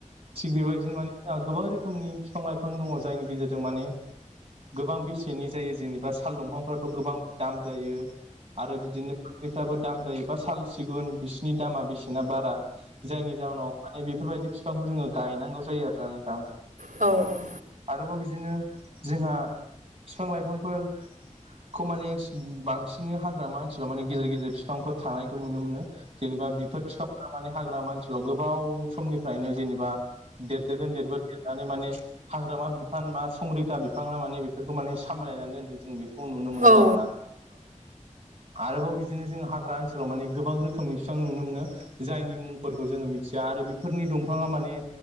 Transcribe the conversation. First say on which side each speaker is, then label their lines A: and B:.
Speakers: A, on the right (about 45°); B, on the right (about 80°).
A: थिग बेबायदिनो मानेहा गोबां रोखोमनि बिफां लाइफां दङ जायनि गेजेरजों माने गोबां बेसेनि जायो जेनेबा साल दंफांफ्राथ' गोबां दाम जायो आरो बिदिनो साख्रिफ्राबो दाम जायोबा साल सिगुन बिसिनि दामा बेसेना बारा जायनि जाहनाव माने बेफोरबायदि बिफांखौ जोङो गायनांगौ जायो आरो ना नोंथां।
B: औ औ
A: आरोबाव बिदिनो जोंहा बिफां लाइफांफोर खौ माने बांसिन हाग्रामा ओनसोलाव माने गेजेर गेजेर बिफांफोर थानायखौ नुनो मोनो। जेनेबा बिफोर फिफांफोरा माने हाग्रा मानसिल' गोबाव समनिफ्रायनो जेनेबा देरदगोन देरबो देरनानै माने हाग्रामा बिफान मा संरैखा बि फानना माने बेफोरखौ माने सामलायनानै दोनदों जों बेखौ नुनो मोनदों
B: औ
A: आरो ना। आरोबाव बिदिनो जों हाग्रा ओनसोलाव माने गोबां रोखोमनि बिसेबां नुनो मोनो। जायनि मुंफोरखौ जोङो मिथिया आरो बेफोरनि दंफाङा माने